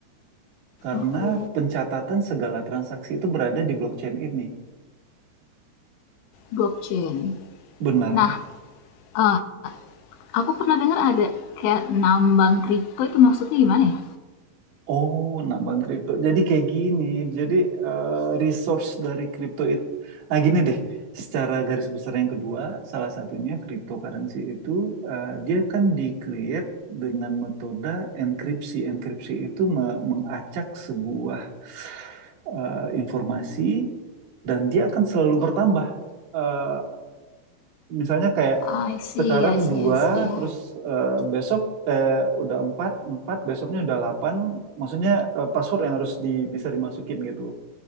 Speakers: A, on the right; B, on the left.
A: Karena
B: Oke.
A: pencatatan segala transaksi itu berada di blockchain ini.
B: Blockchain.
A: Benar.
B: Nah, eh, aku pernah dengar ada kayak nambang kripto itu maksudnya gimana ya?
A: Oh, nambang kripto. Jadi kayak gini. Jadi eh, resource dari kripto itu, ah gini deh. Secara garis besar yang kedua, salah satunya cryptocurrency itu eh, dia kan di-create dengan metode enkripsi. Enkripsi itu me- mengacak sebuah eh, informasi dan dia akan selalu bertambah. Eh, misalnya kayak
B: I see,
A: sekarang
B: I see,
A: dua,
B: I see.
A: terus eh, besok eh, udah empat, empat besoknya udah delapan. Maksudnya eh, password yang harus di, bisa dimasukin gitu.